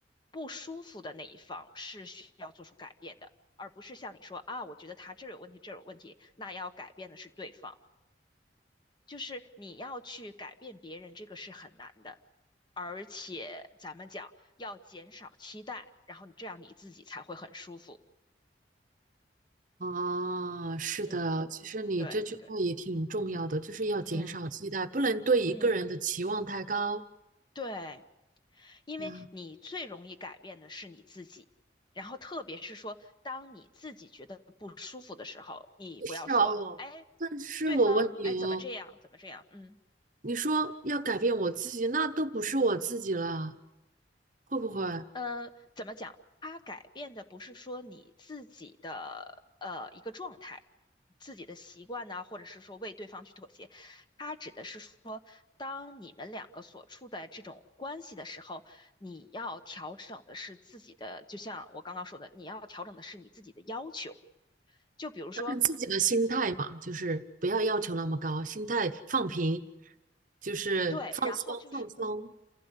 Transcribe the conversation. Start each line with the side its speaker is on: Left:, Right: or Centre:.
Left: 不舒服的那一方是需要做出改变的，而不是像你说啊，我觉得他这儿有问题，这儿有问题，那要改变的是对方。就是你要去改变别人，这个是很难的。而且咱们讲要减少期待，然后你这样你自己才会很舒服。
Right: 啊，是的，
Left: 嗯
Right: 其实你这句话也挺重要的，
Left: 对对
Right: 就是要减少期待，
Left: 嗯
Right: 不能对一个人的期望太高。
Left: 嗯对，因为你最容易改变的是你自己。
Right: 啊，
Left: 然后特别是说，当你自己觉得不舒服的时候，你不要说，
Right: 是哦，
Left: 哎，
Right: 但是我问你哦，
Left: 对方，哎，怎么这样，怎么这样，嗯。
Right: 你说要改变我自己，那都不是我自己了，会不会
Left: 呃，怎么讲？它改变的不是说你自己的呃一个状态、自己的习惯呢，或者是说为对方去妥协，它指的是说，当你们两个所处的这种关系的时候，你要调整的是自己的，就像我刚刚说的，你要调整的是你自己的要求。就比如说，
Right: 调整自己的心态嘛？就是不要要求那么高，心态放平，就是放松放松
Left: 对，然后就是